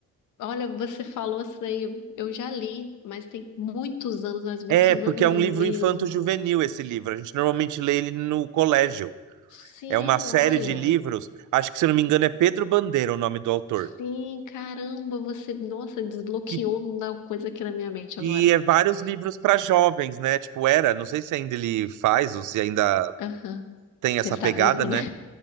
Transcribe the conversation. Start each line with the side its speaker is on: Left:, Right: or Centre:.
Left: Olha, você falou isso daí, eu já li, mas tem muitos anos, mas muitos
Right: é porque
Left: anos
Right: é um livro
Left: mesmo.
Right: infanto-juvenil esse livro. A gente normalmente lê ele no colégio.
Left: Sim,
Right: É uma série
Left: olha.
Right: de livros. Acho que se eu não me engano é Pedro Bandeira o nome do autor
Left: Sim, caramba, você, nossa, desbloqueou
Right: que
Left: uma coisa aqui na minha mente
Right: que
Left: agora.
Right: é vários livros para jovens, né? Tipo, era, não sei se ainda ele faz ou se ainda
Left: Aham.
Right: tem
Left: Se
Right: essa
Left: ele
Right: pegada,
Left: tá vivo,
Right: né?
Left: né?